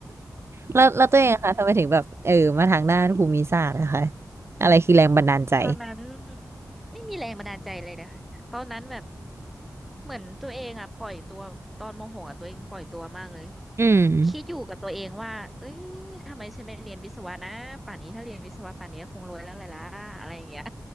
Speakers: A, on the right (about 40°); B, in the centre.
A: แล้วแล้วตัวเองอะคะทำไมถึงแบบเออมาทางด้านภูมิศาสตร์นะคะ
B: อืม
A: อะไรคือแรงบันดาลใจ
B: ตอนนั้นไม่มีแรงบันดาลใจเลยนะคะตอนนั้นแบบเหมือนตัวเองอ่ะปล่อยตัวตอนโมโหอะตัวเองปล่อยตัวมากเลย
A: อืม
B: คิดอยู่กับตัวเองว่าเอ้ยทำไมฉันไม่เรียนวิศวะนะป่านนี้ถ้าเรียนวิศวะป่านนี้คงรวยแล้วเลยล่ะอะไรอย่างเงี้ย